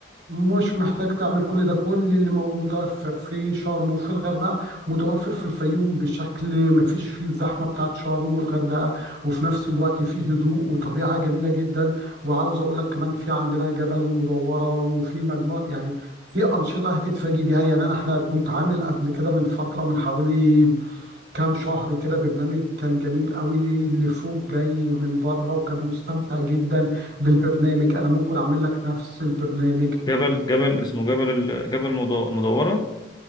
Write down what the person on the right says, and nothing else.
مش محتاج تعمل كل ده كل اللي مو- متوفر في شرم وفي الغردقه متوفر في الفيوم بشكل ما فيش فيه الزحمه بتاعت شرم والغردقه وفي نفس الوقت فيه هدوء وطبيعه جميله جدا وعاوز اقول لك كمان في عندنا جبل المدوره وفي مجموعه يعني في انشطه هتتفاجئ بيها يعني انا احنا كنت عامل قبل كده من فتره من حوالي كام شهر كده برنامج كان جميل قوي اللي فوق جاي من بره وكان مستمتع جدا بالبرنامج انا ممكن اعمل لك نفس البرنامج